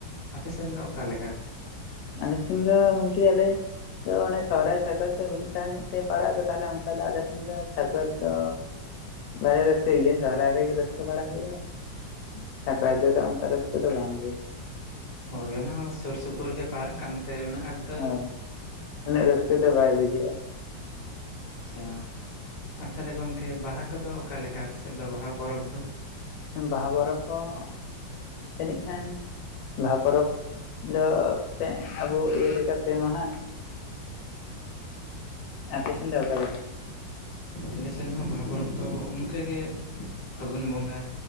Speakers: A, on the left; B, on the left.
A: ᱟᱯᱮᱥᱮᱱ ᱫᱚ ᱚᱠᱟᱞᱮᱠᱟ?
B: ᱟᱞᱮ ᱥᱮᱱ ᱫᱚ ᱜᱚᱢᱠᱮ ᱟᱞᱮ ᱟᱫᱚ ᱚᱱᱮ ᱥᱚᱦᱚᱨᱟᱭ ᱥᱟᱠᱨᱟᱛ ᱫᱚ ᱢᱤᱫ ᱥᱟᱶ ᱧᱚᱜ ᱛᱮ ᱯᱟᱲᱟᱜ ᱫᱟ ᱛᱟᱦᱚᱞᱮ ᱚᱱᱠᱟ ᱫᱚ ᱟᱞᱮ ᱥᱮᱱ ᱫᱚ ᱥᱟᱠᱨᱟᱛ ᱫᱚ ᱵᱟᱞᱮ ᱨᱟᱹᱥᱠᱟᱹᱭ ᱜᱮᱭᱟ ᱥᱚᱦᱚᱨᱟᱭ ᱨᱮᱜᱮ ᱨᱟᱹᱥᱠᱟᱹ ᱵᱟᱲᱟ ᱦᱩᱭᱩᱜᱼᱟ᱾ ᱥᱟᱠᱨᱟᱛ ᱨᱮᱫᱚ ᱚᱱᱠᱟ ᱨᱟᱹᱥᱠᱟᱹ ᱫᱚ ᱵᱟᱝ ᱜᱮ
A: ᱦᱳᱭ ᱚᱱᱟ ᱦᱚᱸ ᱥᱩᱨ ᱥᱩᱯᱩᱨ ᱜᱮ ᱯᱟᱲᱟᱜ ᱠᱟᱱᱛᱮ ᱩᱱᱟᱹᱜ ᱟᱸᱴ ᱫᱚ
B: ᱦᱳᱭ ᱩᱱᱟᱹᱜ ᱨᱟᱹᱥᱠᱟᱹ ᱫᱚ ᱵᱟᱭ ᱵᱩᱡᱷᱟᱹᱜᱼᱟ᱾
A: ᱟᱪᱪᱷᱟ ᱟᱨ ᱛᱟᱦᱚᱞᱮ ᱜᱚᱝᱠᱮ ᱵᱟᱦᱟ ᱠᱚᱫᱚ ᱚᱠᱟᱞᱮᱠᱟ ᱟᱯᱮᱥᱮᱫ ᱫᱚ ᱵᱟᱦᱟ ᱯᱚᱨᱚᱵᱽ ᱫᱚ
B: ᱵᱟᱦᱟ ᱯᱚᱨᱚᱵᱽ ᱦᱚᱸ ᱛᱤᱱᱟᱹᱜ ᱜᱟᱱ ᱵᱟᱦᱟ ᱯᱚᱨᱚᱵᱽ ᱟᱫᱚ ᱛᱮ ᱟᱵᱚ ᱤᱭᱟᱹ ᱞᱮᱠᱟ ᱯᱮ ᱢᱟᱦᱟ ᱟᱯᱮᱥᱮᱱ ᱫᱚ ᱚᱠᱟ ᱞᱮᱠᱟ?
A: ᱟᱞᱮ ᱥᱮᱱ ᱦᱚᱸ ᱵᱟᱦᱟ ᱯᱚᱨᱚᱵᱽ ᱫᱚ ᱚᱱᱠᱟᱜᱮ ᱯᱷᱟᱹᱜᱩᱱ ᱵᱚᱸᱜᱟ